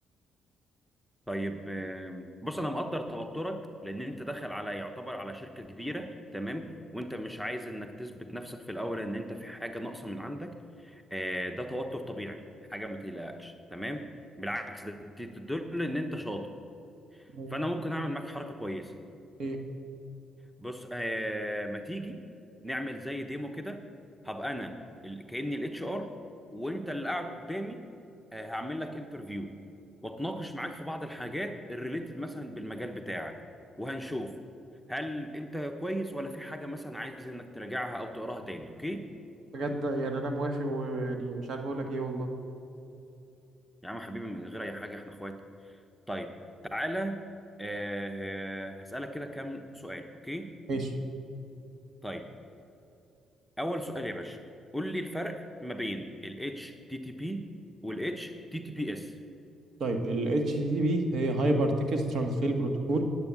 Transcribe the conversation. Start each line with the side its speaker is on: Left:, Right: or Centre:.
Centre: طيب آم، بص انا مقدر توترك لان انت داخل على يعتبر على شركه كبيره تمام وانت مش عايز انك تثبت نفسك في الاول ان انت في حاجه ناقصه من عندك آه، ده توتر طبيعي حاجه ما تقلقكش تمام بالعكس ده ت- تدل ان انت شاطر
Right: مم.
Centre: فانا ممكن اعمل معاك حركه كويسه
Right: ايه
Centre: بص آه ما تيجي نعمل زي ديمو كده هبقى انا ال- كاني الاتش ار وانت اللي قاعد قدامي آه هعمل لك انترفيو واتناقش معاك في بعض الحاجات الريليتد مثلا بالمجال بتاعك وهنشوف هل انت كويس ولا في حاجه مثلا عايز انك تراجعها او تقراها تاني اوكي
Right: بجد يعني انا موافق ويعني مش عارف اقول لك ايه والله
Centre: يا عم حبيبي من غير اي حاجه احنا اخوات طيب تعالى آه هسألك كده كام سؤال اوكي
Right: ماشي.
Centre: طيب اول سؤال يا باشا قول لي الفرق ما بين ال HTTP وال HTTPS
Right: طيب ال HTTP هي هايبر تكست ترانسفير بروتوكول